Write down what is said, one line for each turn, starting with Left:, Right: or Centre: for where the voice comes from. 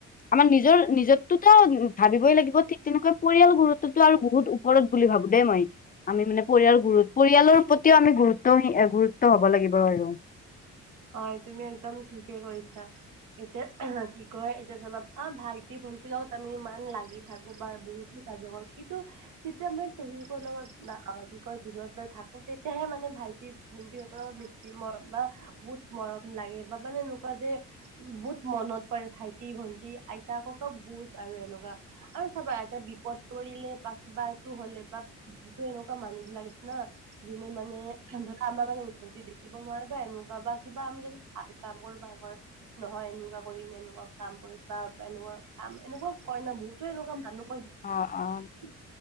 Left: আমাৰ নিজৰ নিজতোতো ভাবিবই লাগিব ঠিক তেনেকৈ পৰিয়াল গুৰুত্বতো আৰু বহুত উপ ৰত বুলি ভাবো দেই মই। আমি মানে পৰিয়াল গুৰুত পৰিয়ালৰ প্ৰতিও আমি গুৰুত্ব গুৰুত্ব হব লাগিব আৰু।
Right: হয় তুমি একদম ঠিকে কৰিছা এতিয়া কি কয় এতিয়া যে অলপ আ, ভাইটি ভণ্টিৰ লগত আমি ইমান লাগি থাকোঁ বা বহুতখিনি কাজিয়া কৰোঁ কিন্তু যেতিয়া মই <unintelligible> লগত কি কয় দূৰত লৈ থাকোঁ তেতিয়াহে মানে ভাইটি ভন্টিহঁতৰ বেছি মৰম বা বহুত মৰম লাগে বা মানে এনেকুৱা যে বহুত মনত পৰে ভাইটি, ভন্টি, আইতা, ককা বহুত আৰু এনেকুৱা। আৰু চাবা এতিয়া বিপদ পৰিলে বা কিবা এইটো হ'লে বা বহুতো এনেকুৱা মানুহবিলাক আছে না যোনে মানে ধৰা আমাৰ মানে উন্নতি দেখিব নোৱাৰে বা এনেকুৱা বা কিবা আমি যদি <inaudible> নহয়, এনেকুৱা কৰি এ, এনেকুৱা কাম কৰি বা এনেকুৱা কাম এনেকুৱা কৰে ন বহুতো এনেকুৱা জানো মই
Left: অ অ
Right: <unintelligible>